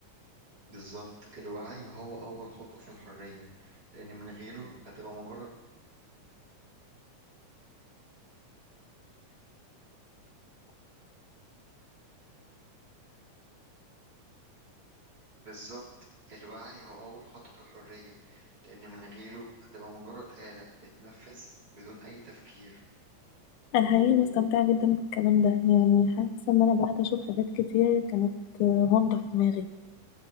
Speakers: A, on the right (about 30°); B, on the left (about 80°).
A: بالظبط الوعي هو اول خطوة في الحرية لان من غيره هتبقى مجرد بالظبط الوعي هو اول خطوة في الحرية لان من غيره هتبقى مجرد آلة بتنفذ بدون اي تفكير
B: انا حقيقي مستمتعه جدا بالكلام ده يعني حاسه ان انا بدات اشوف حاجات كتير كانت آه، غامضه في دماغي